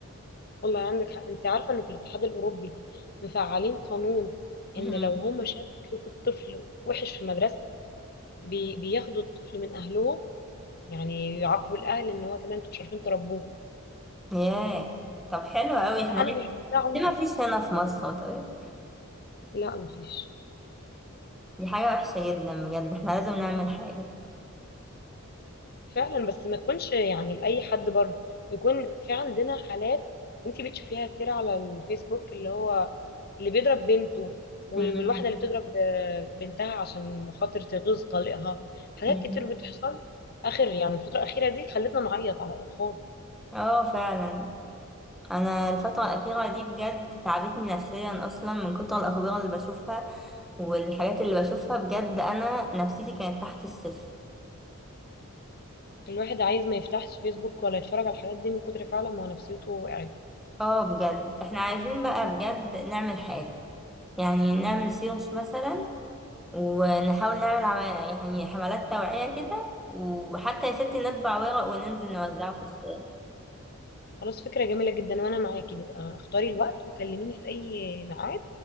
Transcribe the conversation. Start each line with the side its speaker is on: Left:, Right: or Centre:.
Left: والله عندك حق انت عارفه انه في الاتحاد الاوروبي مفعلين قانون
Centre: مهم.
Left: ان لو هم شافوا سلوك الطفل وحش في المدرسه بي بياخدوا الطفل من اهلهم يعني يعاقبوا الاهل ان هو كده انتوا مش عارفين تربوه
Centre: ياه طب حلو قوي احنا
Left: لا
Centre: ليه
Left: انا بشوف ده عنف
Centre: ليه مفيش هنا في مصر طيب
Left: لا مفيش
Centre: دي حاجة وحشة جدا بجد احنا لازم نعمل حاجة
Left: فعلا بس ما تكونش يعني لأي حد برضه يكون في عندنا حالات انت بتشوفيها كتير على الفيسبوك اللي هو اللي بيضرب بنته والواحدة
Centre: مم.
Left: اللي بتضرب ب- بنتها عشان خاطر تغيظ طليقها حاجات
Centre: مم.
Left: كتير بتحصل آخر يعني الفترة الأخيرة دي خلتنا نعيط على الأطفال
Centre: اه فعلا انا الفترة الأخيرة دي بجد تعبتني نفسيا اصلا من كتر الأخبار اللي بشوفها والحاجات اللي بشوفها بجد انا نفسيتي كانت تحت الصفر
Left: الواحد عايز ما يفتحش فيسبوك ولا يتفرج على الحاجات دي من كتر فعلا ما نفسيته وقعت
Centre: اه بجد احنا عايزين بقى بجد نعمل حاجة يعني نعمل سيوس مثلا ونحاول نعمل عم- يعني حملات توعية كده وحتى يا ستي نطبع ورق وننزل نوزعه في الشارع
Left: خلاص فكرة جميلة جدا وأنا معاكي نبقى اختاري الوقت وكلميني في أي ميعاد